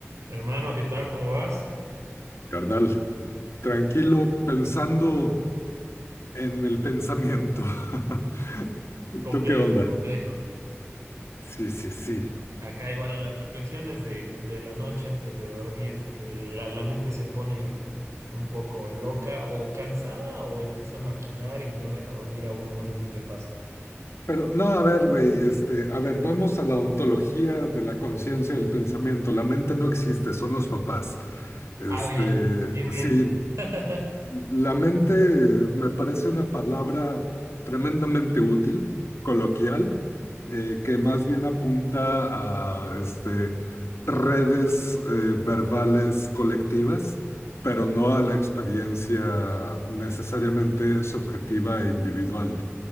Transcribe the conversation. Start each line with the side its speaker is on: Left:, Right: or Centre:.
Right: Hermano, ¿qué tal? ¿Cómo vas?
Left: Carnal, tranquilo pensando en el pensamiento. <laughs>
Right: Complejo,
Left: ¿Tú qué onda?
Right: complejo.
Left: Sí, sí, sí.
Right: Acá igual en las reflexiones de, de la noche antes de dormir, el- la, la mente se pone un poco loca o cansada o empieza a maquinar y no deja dormir a uno, no sé si te pasa.
Left: Pero no, a ver, güey, este, a ver, vamos a la ontología de la conciencia del pensamiento. La mente no existe, son los papás. Este,
Right: Ah, bien, bien, bien.
Left: sí,
Right: <laughs>
Left: La mente me parece una palabra tremendamente útil, coloquial, eh, que más bien apunta a este, redes eh, verbales colectivas, pero no a la experiencia necesariamente subjetiva e individual